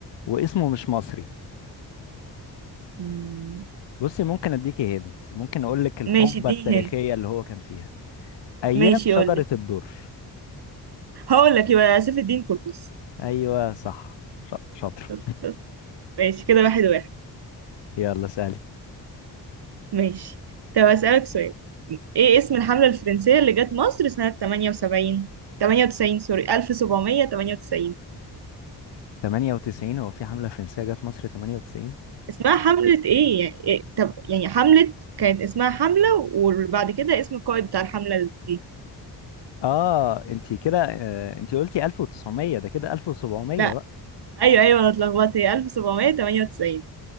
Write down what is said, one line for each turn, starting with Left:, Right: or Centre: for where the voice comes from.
Left: واسمه مش مصري
Right: مم.
Left: بصي ممكن اديكي هنت ممكن اقول لك الحقبة
Right: ماشي اديني
Left: التاريخية
Right: هند
Left: اللي هو كان فيها ايام
Right: ماشي
Left: شجرة
Right: قولي
Left: الدر
Right: هقول لك يبقى سيف الدين قطز
Left: ايوه صح ش- شاطر
Right: شفت شفت ماشي كده واحد واحد
Left: يلا سألي
Right: ماشي طب أسألك سؤال ايه اسم الحملة الفرنسية اللي جت مصر سنة 78 98 سوري 1798
Left: 98 هو في حملة فرنسية جت مصر 98
Right: اسمها حملة ايه يعني إيه؟ طب يعني حملة كانت اسمها حملة وبعد كده اسم القائد بتاع الحملة دي
Left: اه انتي كده آه، انتي قلتي 1900 ده كده 1700
Right: لا
Left: بقى
Right: ايوه ايوه انا اتلخبطت هي 1798